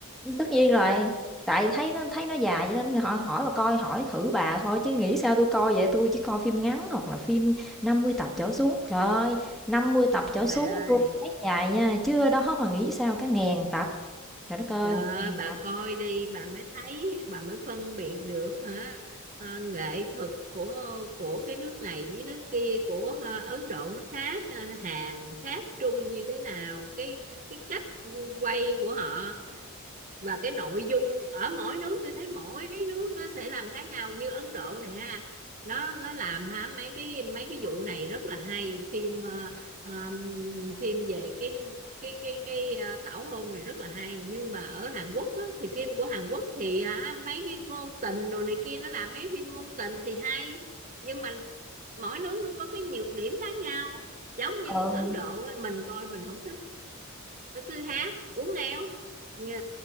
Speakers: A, in the centre; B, on the right.
A: Tất nhiên rồi, tại thấy nó thấy nó dài cho nên họ hỏi bà coi, hỏi thử bà thôi chứ nghĩ sao tôi coi vậy, tôi chỉ coi phim ngắn hoặc là phim 50 tập trở xuống. Trời ơi, 50 tập trở
B: trời
A: xuống tôi
B: ơi
A: thấy dài nha, chứ ở đó mà nghĩ sao cả ngàn tập. Trời đất ơi,
B: trời ơi
A: một ngàn
B: bà
A: tập.
B: coi đi bà mới thấy bà mới phân biệt được hả ờ, nghệ thuật của của cái nước này với nước kia của ờ, Ấn Độ nó khác ờ, Hàn khác Trung như thế nào cái cái cách quay của họ và cái nội dung ở mỗi nước tôi thấy mỗi nước nó sẽ làm khác nhau như Ấn Độ này ha nó nó làm ha mấy cái mấy cái vụ này rất là hay phim ờ, ờm, phim về cái cái cái cái ờ, tảo hôn này rất là hay nhưng mà ở Hàn Quốc á, thì phim của Hàn Quốc thì hả mấy cái ngôn tình đồ này kia nó làm mấy phim ngôn tình thì hay nhưng mà mỗi nước nó có cái nhược điểm khác nhau giống
A: Ờ.
B: như Ấn Độ á, mình coi mình không thích nó cứ hát uống éo như